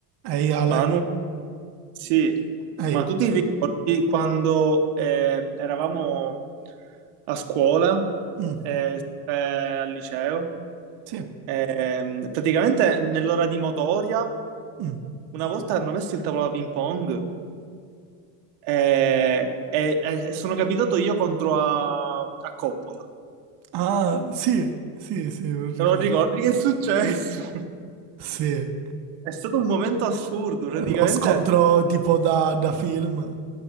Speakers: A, on the right; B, on the right.
A: Ehi Ale,
B: Manu, sì,
A: ehi,
B: ma tu ti ricordi quando eh, eravamo a scuola,
A: Mm,
B: eh, eh, al liceo,
A: sì,
B: ehm, praticamente nell'ora di motoria,
A: mm.
B: una volta hanno messo il tavolo da ping pong eh, e, e sono capitato io contro a, a Coppola.
A: Ah, sì, sì, sì, non ricordo.
B: Te lo ricordi che è successo? <laughs>
A: Sì,
B: È stato un momento assurdo, praticamente
A: lo scontro tipo da, da film.